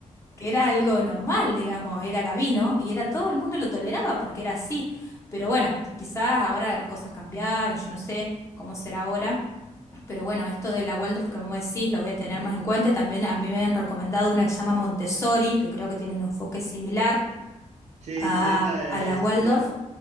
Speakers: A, on the left (about 20°); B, on the right (about 60°).
A: que era algo normal, digamos, era Gabino y era todo el mundo lo toleraba porque era así. Pero bueno, quizás ahora las cosas cambiaron, yo no sé cómo será ahora, pero bueno, esto de la Waldorf, como decís, lo voy a tener más en cuenta. Y También a mí me han recomendado una que se llama Montessori, que creo que tiene un enfoque similar
B: Sí,
A: a,
B: sí, esa es.
A: a la Waldorf.
B: eh,